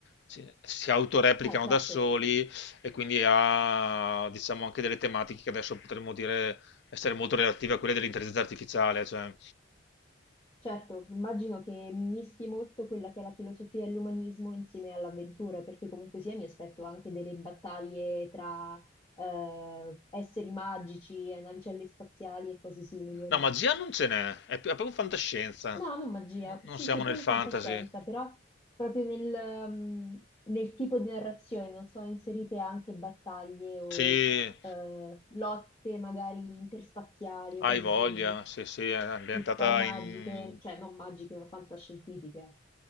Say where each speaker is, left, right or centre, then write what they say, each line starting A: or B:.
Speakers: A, on the left; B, on the left.
A: Ci- si autoreplicano
B: Eh, certo,
A: da soli e quindi ha diciamo anche delle tematiche che adesso potremmo dire essere molto relative a quelle dell'intelligenza artificiale, cioè
B: certo, immagino che mischi molto quella che è la filosofia e l'umanismo insieme all'avventura, perché comunque sia mi aspetto anche delle battaglie tra eh, esseri magici e navicelle spaziali e cose simili, o
A: no,
B: no?
A: magia non ce n'è, è, pi- è proprio fantascienza.
B: No, non magia,
A: No- non
B: sì,
A: siamo
B: sì, proprio
A: nel fantasy.
B: fantascienza, però proprio nel, mm, nel tipo di narrazione non sono inserite anche battaglie o
A: Sì,
B: eh, lotte magari interspaziali o
A: hai
B: cose
A: voglia,
B: simili.
A: sì, sì, è ambientata
B: pistole magiche,
A: in
B: cioè non magiche, ma fantascientifiche.